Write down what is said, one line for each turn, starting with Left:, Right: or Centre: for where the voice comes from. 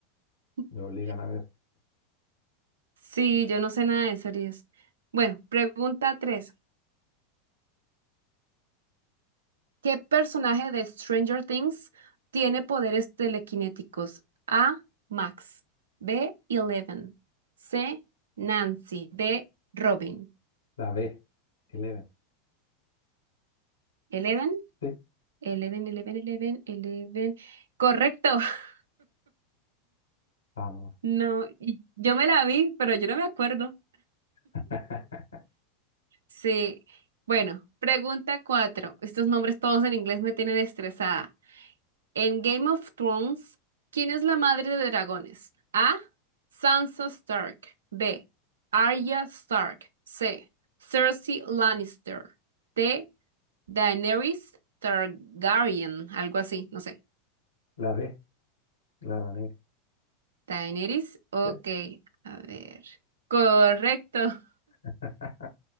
Right: <laughs>
Left: me obligan a ver.
Right: Sí, yo no sé nada de series. Bueno, pregunta 3. ¿Qué personaje de Stranger Things tiene poderes telequinéticos? A. Max. B. Eleven. C. Nancy. D. Robin.
Left: La B, Eleven,
Right: Eleven.
Left: sí,
Right: Eleven, Eleven, Eleven, Eleven. Correcto. <laughs>
Left: vamos.
Right: No, y yo me la vi, pero yo no me acuerdo.
Left: <laughs>
Right: Sí. Bueno, pregunta cuatro. Estos nombres todos en inglés me tienen estresada. En Game of Thrones, ¿quién es la madre de dragones? A. Sansa Stark. B. Arya Stark. C. Cersei Lannister. D. Daenerys Targaryen. Algo así, no sé.
Left: La D, la negra,
Right: Daenerys, ok.
Left: sí.
Right: A ver. Correcto.
Left: <laughs>